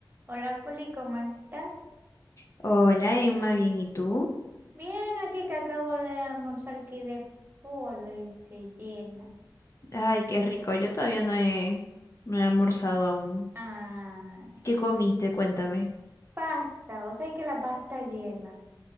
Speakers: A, on the right; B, on the left.
A: Hola Poli, ¿cómo estás?
B: Hola Emma, bien, ¿y tú?
A: Bien, aquí que acabo de almorzar aquí de polo y que llena.
B: Ay, qué rico, yo todavía no he, no he almorzado aún.
A: Ay,
B: ¿Qué comiste? Cuéntame.
A: pasta, o sea que la pasta llena,